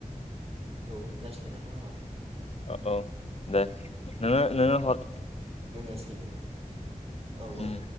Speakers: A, on the right (about 45°); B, on the left (about 50°).
A: औ जासिगोन नोंथां होमा
B: औ औ दे नोङो नोङो हर
A: दोनसगैनो औ औ
B: उम